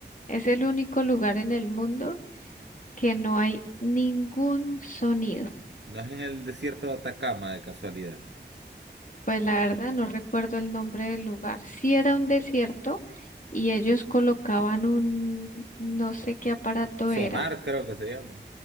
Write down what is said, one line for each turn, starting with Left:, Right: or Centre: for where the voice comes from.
Left: Es el único lugar en el mundo que no hay ningún sonido.
Right: No es en el desierto de Atacama, de casualidad.
Left: Pues la verdad no recuerdo el nombre del lugar. Sí era un desierto y ellos colocaban un, no sé qué aparato
Right: Sonar,
Left: era,
Right: creo que se llama.